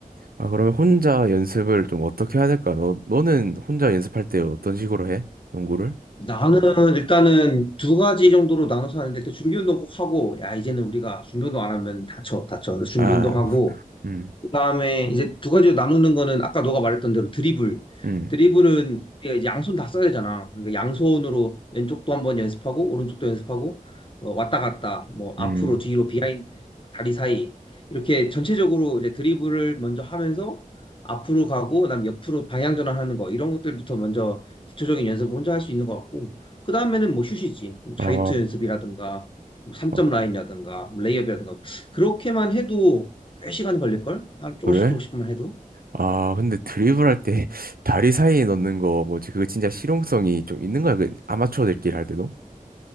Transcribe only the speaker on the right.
아, 그러면 혼자 연습을 좀 어떻게 해야 될까? 너 너는 혼자 연습할 때 어떤 식으로 해? 농구를?
아,
음,
음,
음,
어,
어,
그래?
아, 근데 드리블할 때 <laughs> 다리 사이에 넣는 거 뭐지? 그거 진짜 실용성이 좀 있는 거야? 그 아마추어들끼리 할 때도?